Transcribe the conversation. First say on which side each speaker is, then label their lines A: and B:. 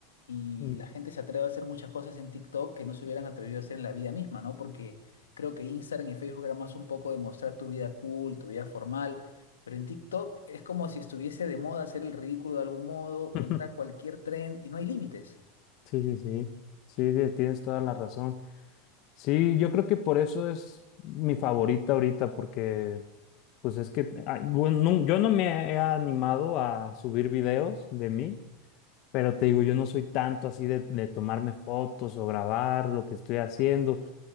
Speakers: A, on the left (about 80°); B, on the left (about 50°).
A: Y
B: Mm.
A: la gente se atreve a hacer muchas cosas en TikTok que no se hubieran atrevido a hacer en la vida misma, ¿no? Porque creo que Instagram y Facebook era más un poco de mostrar tu vida cool, tu vida formal, pero en TikTok es como si estuviese de moda hacer el ridículo de algún modo o
B: <laughs>
A: entrar a cualquier tren y no hay límites.
B: Sí, sí, sí, sí, sí, tienes toda la razón. Sí, yo creo que por eso es mi favorita ahorita porque pues es que ah, bueno, nun- yo no me he animado a subir videos de mí, pero te digo, yo no soy tanto así de, de tomarme fotos o grabar lo que estoy haciendo.